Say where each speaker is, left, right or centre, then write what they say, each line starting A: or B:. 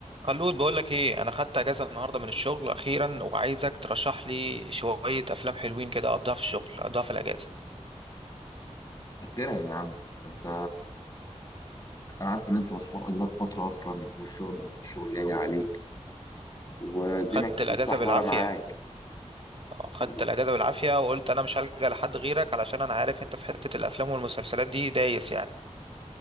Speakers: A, on the right; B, on the left.
A: خلود بقول لك ايه انا خدت اجازه النهارده من الشغل اخيرا وعايزك ترشح لي شويه افلام حلوين كده اقضيها في الشغل اقضيها في الاجازه
B: أخيرا يا عم أنت أنا عارف إن أنت مسحوق أدراك فترة أصلا والشغل ده الشغل جاي عليك والدنيا
A: خدت
B: كانت
A: الاجازه
B: متصح
A: بالعافيه
B: ولا معاك
A: اه خدت
B: والله
A: الاجازه بالعافيه وقلت انا مش هلجأ لحد غيرك علشان انا عارف انت في حته الافلام والمسلسلات دي دايس يعني